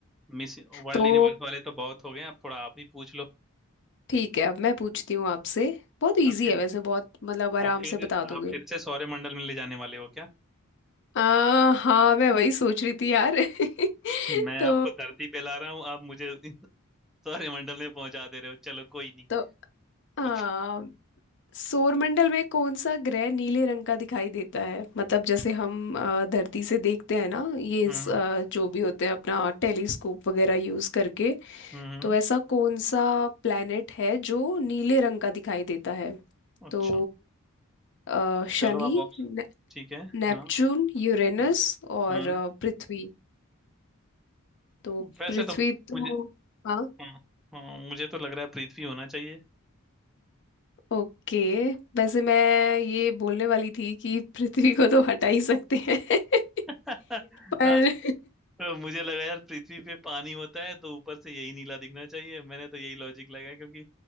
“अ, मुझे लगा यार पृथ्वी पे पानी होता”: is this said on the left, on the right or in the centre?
Centre